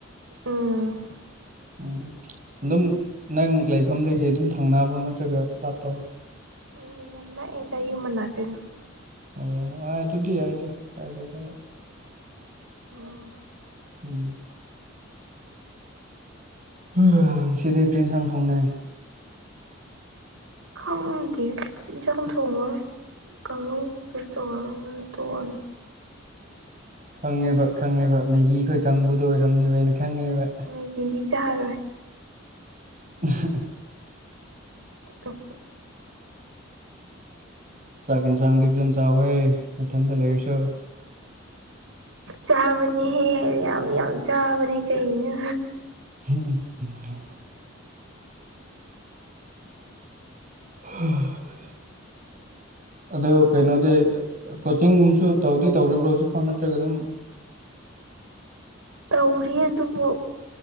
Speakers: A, on the right; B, on the right.
A: ꯎꯝ
B: ꯎꯝ ꯑꯗꯨꯝ ꯅꯪ ꯂꯩꯐꯝꯗꯒꯤ ꯑꯗꯨꯝ ꯊꯪꯅꯕ꯭ꯔꯣ ꯅꯠꯇ꯭ꯔꯒ ꯂꯥꯞꯄ꯭ꯔꯣ
A: ꯎꯝ ꯌꯥꯝ ꯅꯛꯑꯦꯗ ꯌꯨꯝ ꯃꯅꯥꯛꯇꯅꯤ
B: ꯑꯣ ꯑꯗꯨꯗꯤ ꯌꯥꯏꯗ ꯀꯥꯏꯗꯦꯗ
A: ꯎꯝ
B: ꯎꯝ ꯎꯝ ꯉꯁꯤꯗꯤ ꯀꯔꯤ ꯌꯦꯟꯁꯥꯡ ꯊꯣꯡꯉꯤ
A: ꯈꯡꯗꯦ ꯌꯦꯟꯁꯥꯡ ꯊꯣꯡꯉꯔꯣꯏ ꯀꯥꯡꯉꯧ ꯈꯛꯇ ꯇꯧꯔ ꯇꯣꯛꯑꯅꯤ
B: ꯈꯪꯉꯦꯕ ꯈꯪꯉꯦꯕ ꯃꯦꯒꯤ ꯈꯣꯏ ꯀꯥꯡꯕꯨꯗꯣ ꯑꯣꯏꯔꯝꯅꯦꯕ ꯑꯩꯅ ꯈꯪꯉꯦꯕ
A: ꯃꯦꯒꯤꯗꯤ ꯆꯥꯔꯣꯏ
B: <unintelligible>
A: ꯑꯇꯣꯞꯄ
B: ꯆꯥꯛ ꯌꯦꯟꯁꯥꯡꯗꯤ ꯐꯖꯅ ꯆꯥꯎꯍꯦ ꯅꯊꯟꯗ ꯂꯩꯔꯁꯨ
A: ꯆꯥꯕꯅꯦꯍꯦ ꯌꯥꯝ ꯌꯥꯝ ꯆꯥꯕꯅꯦ ꯀꯩꯅꯣ
B: ꯎꯝ ꯎꯝ <inaudible> ꯑꯗꯣ ꯀꯩꯅꯣꯗꯤ ꯀꯣꯆꯤꯡꯒꯨꯝꯁꯨ ꯇꯧꯗꯤ ꯇꯧꯔꯤꯕ꯭ꯔꯣ ꯍꯧꯖꯤꯛꯐꯥꯎ ꯅꯠꯇ꯭ꯔꯒ ꯑꯗꯨꯝ
A: ꯇꯧꯔꯤꯌꯦ ꯑꯗꯨꯕꯨ